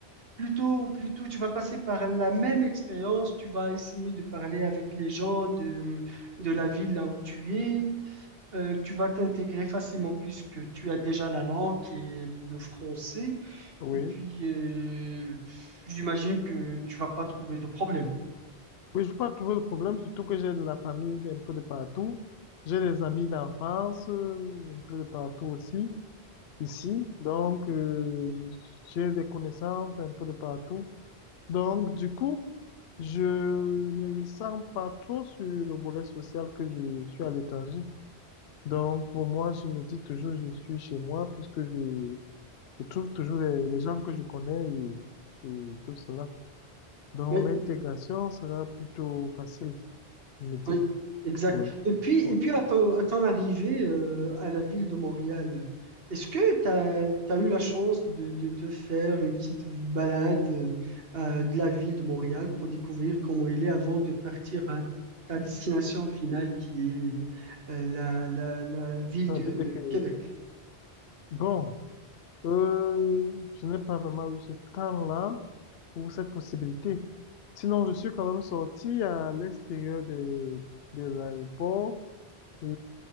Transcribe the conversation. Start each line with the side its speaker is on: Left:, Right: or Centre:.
Right: plutôt, plutôt, tu vas passer par la même expérience, tu vas essayer de parler avec les gens de, de la ville là où tu es. Euh, tu vas t'intégrer facilement puisque tu as déjà la langue qui est le français.
Left: Oui.
Right: Et puis, euh, j'imagine que tu vas pas trouver de problème.
Left: Oui, je veux pas trouver de problème, surtout que j'ai de la famille un peu de partout. J'ai des amis d'enfance euh, un peu de partout aussi, ici. Donc, euh, j'ai des connaissances un peu de partout. Donc, du coup, Je ne ressens pas trop sur le volet social que je suis à l'étranger. Donc, pour moi, je me dis toujours, je suis chez moi puisque je, je trouve toujours les, les gens que je connais et, et tout cela. Donc,
Right: Oui,
Left: l'intégration sera plutôt facile, je me dis.
Right: oui, exact.
Left: Oui,
Right: Et puis,
Left: oui.
Right: et puis à ton, à ton arrivée euh, à la ville de Montréal, est-ce que tu as, eu la chance de, de, de faire une petite balade euh, euh, de la ville de Montréal pour découvrir comment il est avant de partir à ta destination finale qui est euh, la, la, la ville
Left: Ça
Right: de
Left: veut dire que,
Right: Québec?
Left: bon, euh, je n'ai pas vraiment eu ce temps-là ou cette possibilité. Sinon, je suis quand même sorti à l'extérieur de, de l'aéroport Et